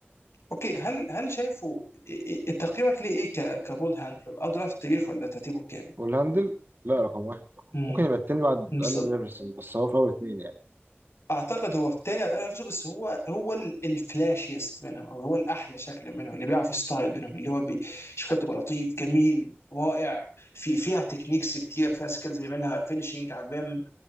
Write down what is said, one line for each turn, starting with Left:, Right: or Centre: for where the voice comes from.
Left: اوكي هل هل شايفه إيه- إيه- تقييمك ليه ايه ك- كبول هاندلر او دراft التاريخ ولا ترتيبه كام
Right: والهاندل لا رقم واحد طبعا
Left: امم
Right: ممكن يبقى التاني بعد
Left: بالظبط
Right: أقل من نيرفسون بس هو في أول اتنين يعني
Left: اعتقد هو الثاني على الأقل نفسه بس هو هو ال- الفلاشيست منهم او هو الاحلى شكل منهم اللي بيعرف يستعرض منهم اللي هو بي- شكله تبقى لطيف جميل رائع في فيها تكنيكس كتير فيها سكيلز بيعملها فينشنج على الريم